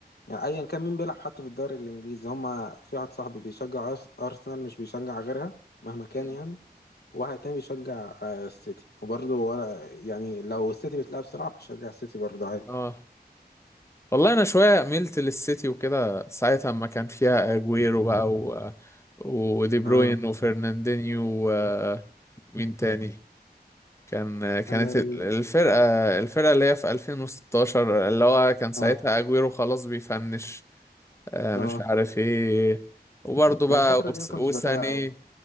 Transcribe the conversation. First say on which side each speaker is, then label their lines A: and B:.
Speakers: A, on the left; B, on the left.
A: يعني ايا كان مين بيلعب حتى في الدوري الانجليزي هما في واحد صاحبي بيشجع أرس- ارسنال مش بيشجع غيرها مهما كان
B: مم.
A: يعني وواحد تاني بيشجع آه، السيتي وبرضه ولا يعني لو السيتي بتلعب صلاح بيشجع السيتي برضه عادي
B: اه والله انا شويه ميلت للسيتي وكده ساعتها اما كان فيها اجويرو بقى و... ودي بروين
A: اه
B: وفرناندينيو ومين تاني كان كانت
A: انا ال...
B: الفرقه الفرقه اللي هي في 2016 اللي هو كان ساعتها
A: اه
B: اجويرو خلاص بيفنش آه،
A: اه
B: مش عارف ايه وبرضه بقى
A: لا الفترة
B: وس-
A: دي ما كنتش
B: وساني
A: بتابع قوي